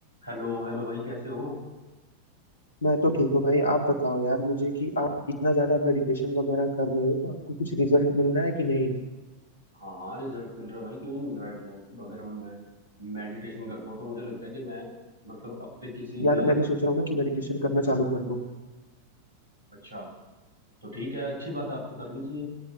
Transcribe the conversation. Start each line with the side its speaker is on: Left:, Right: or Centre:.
Right: Hello hello भाई कैसे हो
Left: मैं तो ठीक हूँ भाई आप बताओ यार मुझे कि आप इतना ज्यादा मेडिटेशन वगैरह कर रहे हो तो आपको कुछ रिजल्ट मिल रहा है कि नहीं
Right: हाँ हाँ रिजल्ट मिल रहा है भाई क्यों नहीं मिल रहा रिजल्ट अगर हम मैं मेडिटेशन करता हूँ तो मुझे लगता है कि मैं मतलब अपने किसी
Left: यार
Right: भी
Left: मैं भी सोच रहा हूँ ना कि मेडिटेशन करना चालू कर दूँ
Right: अच्छा तो ठीक है अच्छी बात है आपको करनी चाहिए